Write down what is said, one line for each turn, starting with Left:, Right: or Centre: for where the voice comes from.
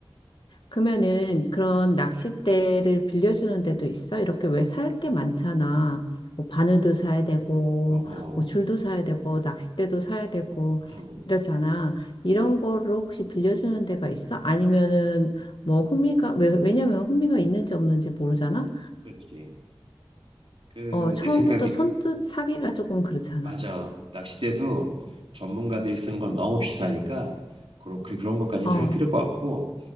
Left: 그러면은 그런 낚싯대를 빌려주는 데도 있어? 이렇게 왜 살게 많잖아. 뭐 바늘도 사야 되고,
Right: 어,
Left: 뭐
Right: 어,
Left: 줄도 사야 되고, 낚싯대도 사야 되고,
Right: 음,
Left: 이러잖아. 이런
Right: 음,
Left: 거를 혹시 빌려주는 데가 있어? 아니면은 뭐
Right: 음.
Left: 흥미가, 왜, 왜냐면 흥미가 있는지 없는지 모르잖아.
Right: 그렇지. 그,
Left: 어, 처음부터
Right: 내 생각에,
Left: 선뜻 사기가 조금 그렇잖아.
Right: 맞아. 낚싯대도 전문가들이 쓰는 건 너무 비싸니까, 그런, 그, 그런 것까지는
Left: 어,
Right: 살 필요가 없고,